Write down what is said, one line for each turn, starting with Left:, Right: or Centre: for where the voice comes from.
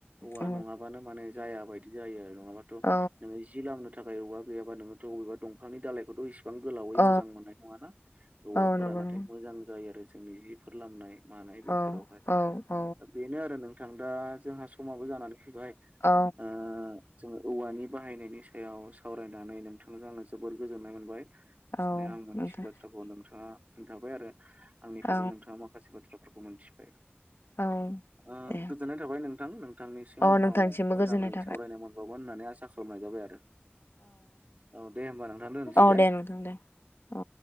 Right: औवा
Left: औ
Right: नङाबानो माने जाया बायदि जायो आरो नङाबाथ'
Left: औ
Right: नोङो जि लामनो थाखायबा गैयाबाथ अबेबा दंफां दालायखौथ' इसे बां गोलावै
Left: औ
Right: मोजां मोननाय नङाना औवाफोरा
Left: औ नंगौ
Right: नाथाय
Left: नंगौ
Right: मोजां जायो आरो जोंनि जिफोर लामनाय मानाय बेफोरावहाय
Left: औ औ औ
Right: दा बेनो आरो नों थां दा जोंहा समाबो जानानै फैबाय
Left: औ
Right: जोङो औवानि बाहायनायनि सायाव सावरायनानै नोंथांजों आङो जोबोर गोजोननाय मोनबाय
Left: औ
Right: माने आं मोनथि
Left: नोंथां
Right: बाथ्राखौ नोंथाङा खोन्थाबाय आरो आंनिफ्रायबो
Left: औ
Right: नोंथाङा माखासे बाथ्राफोरखौ मोनथिबाय
Left: औ
Right: ओ
Left: दे
Right: गोजोननाय थाबाय नोंथां नों थांनिसिम
Left: औ
Right: उनाव
Left: नोंथांनिसिमबो
Right: मोजाङै
Left: गोजोननाय थाबाय
Right: सावरायनाय मोनबावगोन होननानै आसा खालामनाय जाबाय आरो औ दे होनोमबा नोंथां दोनसै
Left: औ
Right: दे
Left: नोंथां दे औ